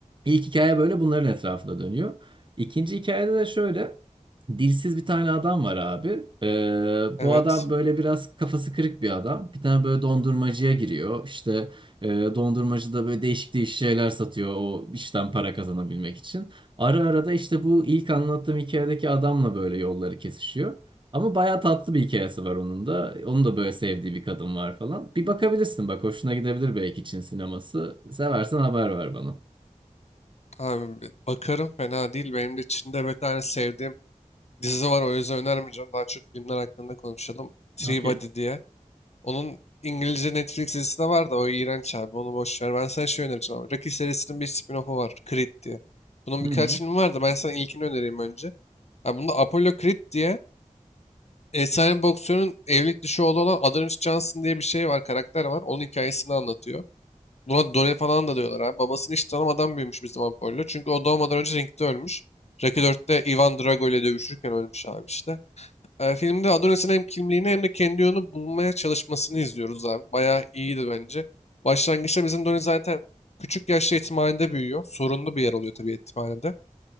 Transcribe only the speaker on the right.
ilk hikaye böyle bunların etrafında dönüyor. İkinci hikayede de şöyle. Dilsiz bir tane adam var abi. Ee,
bu adam böyle biraz kafası kırık bir adam. Bir tane böyle dondurmacıya giriyor. İşte e, dondurmacı da böyle değişik değişik şeyler satıyor o işten para kazanabilmek için. Ara ara da işte bu ilk anlattığım hikayedeki adamla böyle yolları kesişiyor. Ama bayağı tatlı bir hikayesi var onun da. Onun da böyle sevdiği bir kadın var falan. Bir bakabilirsin bak hoşuna gidebilir belki Çin sineması. Seversen haber ver bana.
Okey.
Hı
hı.